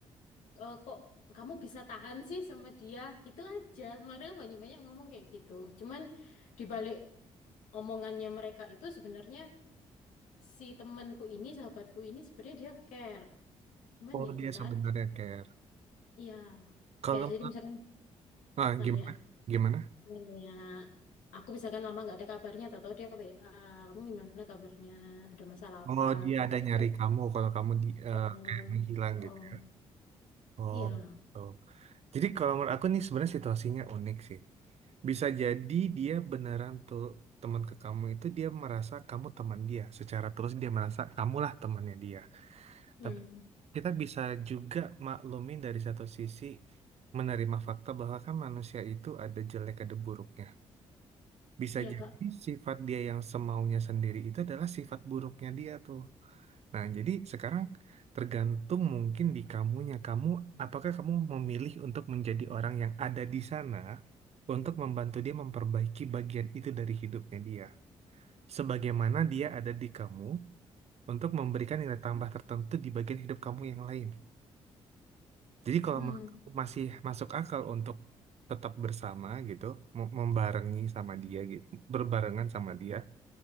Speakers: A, on the left (about 75°); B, on the right (about 55°).
A: eh, kok kamu bisa tahan sih sama dia? Gitu aja. Mereka banyak-banyak ngomong kayak gitu. Cuman dibalik omongannya mereka itu sebenarnya si temanku ini, sahabatku ini sebenarnya dia care. Cuman
B: Oh,
A: ya itu
B: dia
A: tadi.
B: sebenarnya care.
A: Iya,
B: Kalau
A: care. Jadi misalkan
B: nah
A: nanya
B: gimana? Gimana?
A: Kayak aku misalkan lama nggak ada kabarnya, atau tahu dia WA, kamu gimana kabarnya, ada masalah apa
B: Oh, dia
A: gitu.
B: ada
A: Tapi
B: nyari
A: kalau
B: kamu kalau kamu di, eh,
A: oh, oh,
B: kayak menghilang
A: oh, oh.
B: gitu ya. Oh,
A: iya,
B: oh. Jadi kalau menurut aku nih sebenarnya situasinya unik sih. Bisa jadi dia beneran tuh teman ke kamu itu dia merasa kamu teman dia. Secara terus dia merasa kamulah temannya dia.
A: hmm,
B: Tapi kita bisa juga maklumin dari satu sisi menerima fakta bahwa kan manusia itu ada jelek ada buruknya. Bisa
A: iya
B: jadi
A: Kak.
B: sifat dia yang semaunya sendiri itu adalah sifat buruknya dia tuh. Nah, jadi sekarang tergantung mungkin di kamunya. Kamu, apakah kamu memilih untuk menjadi orang yang ada di sana untuk membantu dia memperbaiki bagian itu dari hidupnya dia. Sebagaimana dia ada di kamu untuk memberikan nilai tambah tertentu di bagian hidup kamu yang lain. Jadi kalau
A: Hmm,
B: menurut kamu masih masuk akal untuk tetap bersama gitu, mem- membarengi sama dia gitu, berbarengan sama dia,